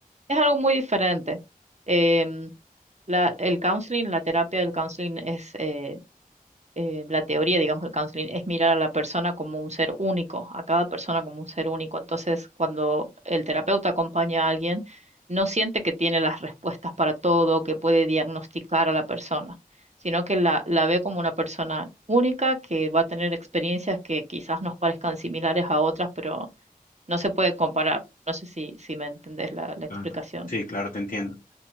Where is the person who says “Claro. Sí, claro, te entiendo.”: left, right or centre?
Left